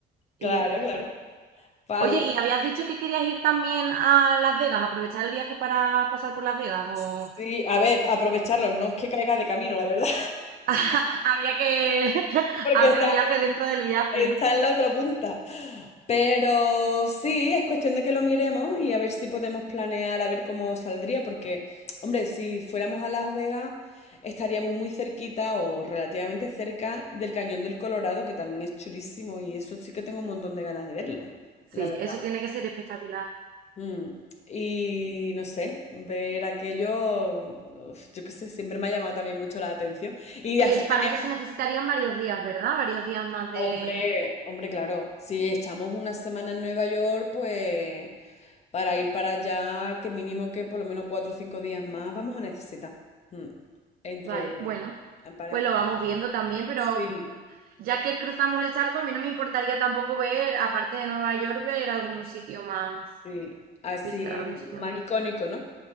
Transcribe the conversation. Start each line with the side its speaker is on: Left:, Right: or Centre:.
Left: claro,
Right: y ya está.
Left: claro. Para
Right: Oye,
Left: algo
Right: ¿y habías dicho que querías ir también a Las Vegas, aprovechar el viaje para pasar por Las Vegas? O
Left: así, a ver, aprovecharlo, no es que caiga de camino, la
Right: bueno,
Left: verdad.
Right: <laughs> habría que <laughs>
Left: Porque
Right: hacer
Left: está,
Right: viaje dentro del viaje,
Left: está
Right: ¿no?
Left: en la otra punta. Pero sí, es cuestión de que lo miremos y a ver si podemos planear, a ver cómo saldría, porque, hombre, si fuéramos a Las Vegas, estaríamos muy cerquita o relativamente cerca del Cañón del Colorado, que también es chulísimo y eso sí que tengo un montón de ganas de verlo,
Right: Sí,
Left: la verdad.
Right: eso tiene que ser espectacular.
Left: Mm, Y no sé, ver aquello, uf, yo qué sé, siempre me ha llamado también mucho la atención. Y
Right: Y
Left: así
Right: eso,
Left: tenemos...
Right: para eso se necesitarían varios días, ¿verdad? Varios días más de...
Left: Hombre, hombre, claro. Si echamos una semana en Nueva York, pues para ir para allá, que mínimo que por lo menos cuatro o cinco días más vamos a necesitar. Mm. Entre
Right: Vale, bueno,
Left: para.
Right: pues lo vamos viendo también, pero
Left: Sí,
Right: ya que cruzamos el charco, a mí no me importaría tampoco ver, aparte de Nueva York, ver algún sitio más,
Left: sí. Así
Right: visitar algún sitio
Left: más
Right: más.
Left: icónico, ¿no?